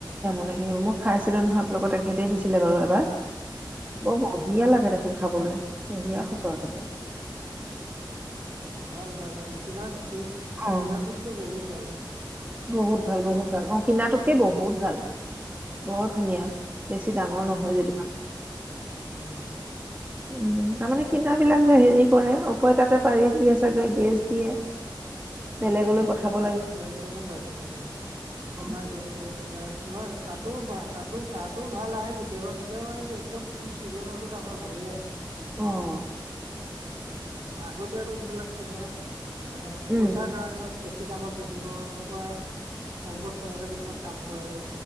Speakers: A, on the right; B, on the right.
A: <unintelligible> মই খাইছিলো নহয় আপোনালোকত তেখেতে দিছিলে বাৰু এবাৰ, বৰ বঢ়িয়া লাগে দেখোন খাবলৈ বঢ়িয়া সচৰ একেবাৰে।
B: ভাল ভাল লাগে। কিনা
A: অ
B: কিনাটোতকে বহুত ভাল
A: বহুত ভাল, বহুত ভাল অ কিনাটোতকে বহুত ভাল। বৰ ধুনীয়া বেছি ডাঙৰ
B: উম
A: নহয় যদি।
B: উম''
A: উম' তাৰমানে কিনাবিলাক যে হেৰি কৰে, অপয় তাতে পাৰিষ দিয়ে চাগে, গেছ দিয়ে। বেলেগলৈ
B: অ' সেই
A: পঠাব
B: তেনেকুৱা,
A: লাগে
B: তে তেনেকুৱা, তেনেকুৱা
A: অ
B: আমাৰ এই, ইয় নহয় তাতো বা তাতো- তাতো ভাল আহে কেতিয়াবা, কেতিয়াবা মানে কি একদম ফুল চিজনতো তাৰ পৰা ভালেই আহে।
A: অ'
B: উ' আগত আগৈ যিব লাগ চি নহে- মানে
A: উম
B: পচ- কাৰণ- বেি দামত বেচিব এনেকুৱা অংগতসিংহলে কিছুমান কাম কৰে-